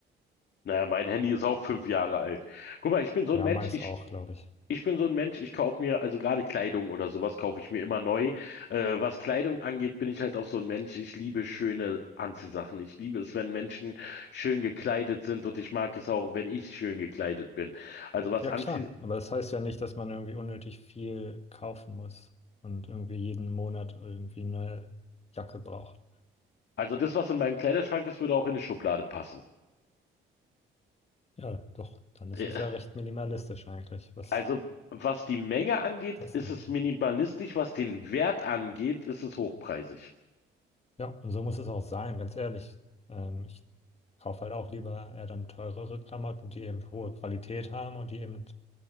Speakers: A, on the left; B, on the left.
A: Naja, mein Handy ist auch fünf Jahre alt. Guck mal, ich bin so ein
B: Ja,
A: Mensch,
B: meins
A: ich,
B: auch, glaube ich.
A: Ich bin so ein Mensch, ich kaufe mir, also gerade Kleidung oder sowas kaufe ich mir immer neu. Äh, was Kleidung angeht, bin ich halt auch so ein Mensch, ich liebe schöne Anziehsachen. Ich liebe es, wenn Menschen schön gekleidet sind und ich mag es auch, wenn ich schön gekleidet bin. Also was
B: Ja,
A: anzie
B: klar. Aber das heißt ja nicht, dass man irgendwie unnötig viel kaufen muss und irgendwie jeden Monat irgendwie eine neue Jacke braucht.
A: also das, was in meinem Kleiderschrank ist, würde auch in eine Schublade passen.
B: Ja, doch, dann ist
A: Äh,
B: es ja recht minimalistisch eigentlich, was
A: also was die Menge angeht,
B: das
A: ist
B: angeht.
A: es minimalistisch, was den Wert angeht, ist es hochpreisig.
B: Ja, und so muss es auch sein, ganz ehrlich. Ähm, ich kaufe halt auch lieber eher dann teurere Klamotten, die eben hohe Qualität haben und die eben